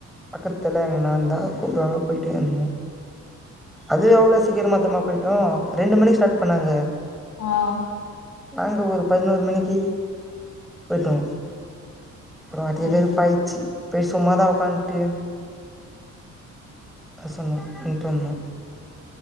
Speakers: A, in the centre; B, on the left.
A: பக்கத்துல எங்க நான்ந்தா கூப்ட்டாங்க போயிட்டு வந்தோ அதுவு எவ்வளவு சீக்கிர மொத்தமா போயிட்டோ ரெண்டு மணிக்கு ஸ்டார்ட் பண்ணாங்க
B: ஆஹ்
A: நாங்க ஒரு பதினோரு மணிக்கு போயிட்டோ அப்புறோ அதே
B: சேரி
A: வெறுப்பாய்ட்ச்சி
B: சேரி
A: பெய் சுமாாதான்வுகண்டி அசனு உட்டுந்து